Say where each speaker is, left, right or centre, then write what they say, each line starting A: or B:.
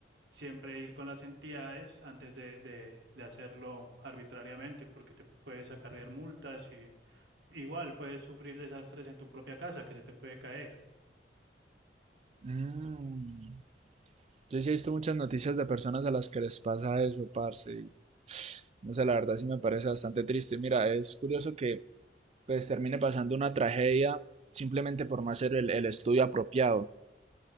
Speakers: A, on the right; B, on the right.
A: siempre ir con las entidades antes de, de, de hacerlo arbitrariamente porque te puedes acarrear multas y Igual puedes sufrir desastres en tu propia casa que se te puede caer.
B: Mm. Yo sí he visto muchas noticias de personas a las que les pasa eso, parce. y no sé, la verdad sí me parece bastante triste. Mira, es curioso que pues termine pasando una tragedia simplemente por no hacer el, el estudio apropiado.